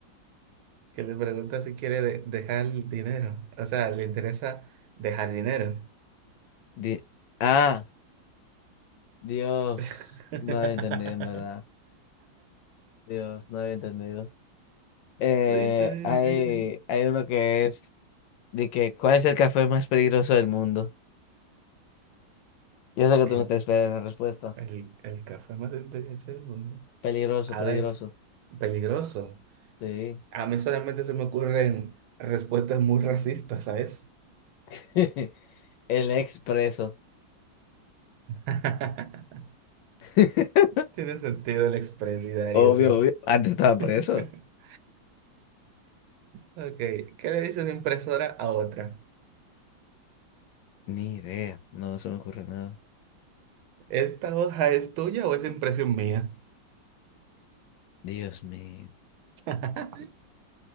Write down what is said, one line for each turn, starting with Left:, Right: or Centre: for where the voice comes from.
Right: que le pregunta si quiere de- dejar el dinero. O sea, le interesa dejar dinero.
Left: Di- ah, Dios,
Right: <laughs>
Left: no había entendido en verdad. Dios, no había entendido. Eh,
Right: Sí, sí,
Left: hay,
Right: sí, sí.
Left: hay uno que es de que ¿cuál es el café más peligroso del mundo? Yo sé que
Right: El,
Left: tú no te esperas la respuesta.
Right: el, el café más inteligente del mundo.
Left: Peligroso,
Right: A
Left: peligroso.
Right: ver, peligroso.
Left: Sí.
Right: A mí solamente se me ocurren respuestas muy racistas a eso.
Left: <laughs> El expreso.
Right: <laughs>
Left: <laughs>
Right: Tiene sentido el expresidario,
Left: Obvio,
Right: sí.
Left: obvio. Antes estaba
Right: <laughs>
Left: preso.
Right: Ok, ¿qué le dice una impresora a otra?
Left: Ni idea. No se me ocurre nada.
Right: ¿Esta hoja es tuya o es impresión mía?
Left: Dios mío.
Right: <laughs>